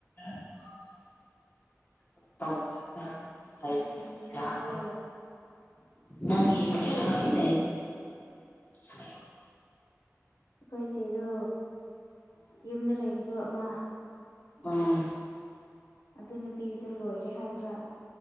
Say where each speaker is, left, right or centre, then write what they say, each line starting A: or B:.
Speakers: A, on the left; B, on the left.
A: <unintelligible>
B: ꯀꯦꯖꯤ
A: ꯂꯩꯕꯅꯤ
B: ꯀꯔꯤ ꯍꯥꯏꯕ꯭ꯔꯣ
A: ꯌꯥꯔꯣꯏ ꯅꯪꯒꯤ
B: ꯑꯩꯈꯣꯏ
A: ꯄꯩꯁꯥ
B: ꯏꯆꯦ
A: <unintelligible> ꯍꯥꯏꯌꯣ
B: ꯑꯩꯈꯣꯏ ꯏꯁꯦꯗꯣ ꯌꯨꯝꯗ ꯂꯩꯕꯗꯣ ꯑꯃ
A: ꯑꯣ
B: ꯑꯗꯨ ꯅꯨꯄꯤꯒꯗꯣ ꯂꯣꯏꯔꯦ ꯍꯥꯏꯕ꯭ꯔꯥ